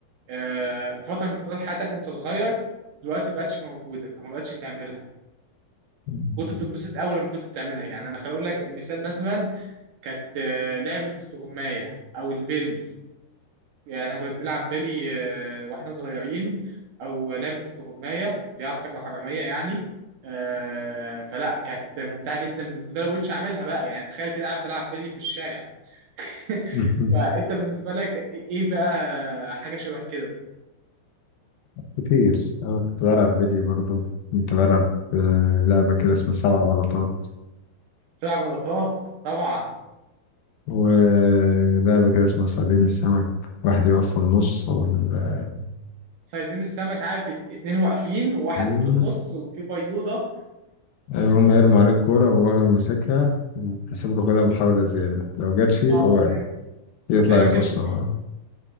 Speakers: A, on the right (about 70°); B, on the left (about 75°).
A: آه، في فتره من فترات حياتك وانت صغير دلوقتي ما بقتش موجوده او ما بقتش تعملها
B: مم.
A: كنت بتنبسط اول لما كنت بتعملها يعني انا خليني اقول لك مثال مثلا كانت آه، لعبه استغمايه او البيلي يعني احنا كنا بنلعب بيلي آه، واحنا صغيرين او لعبه استغمايه اللي هي عسكر وحراميه يعني آه، فلا كانت ممتعه جدا بالنسبه لي ما كنتش اعملها بقى يعني تخيل كده قاعد بلعب بيلي في الشارع <laughs>
B: <laughs>
A: فانت بالنسبه لك ايه بقى حاجه شبه كده
B: كتير انا كنت بلعب بيلي برضه كنت بلعب آه، لعبة كده اسمها سبع بلاطات
A: سبع بلاطات طبعا
B: ولعبة كده اسمها صيادين السمك واحد يقف في النص وال...
A: صيادين السمك عارف ات- اتنين واقفين وواحد
B: أيوه.
A: في النص وفي بيوضه
B: ايوه هما يرموا عليه الكورة وهو لو مسكها يحسب له كده محاولة زيادة لو جت فيه
A: اه
B: يبقى واقع
A: دايما
B: يطلع
A: دايما
B: يتوسع
A: كان بيبقى فيه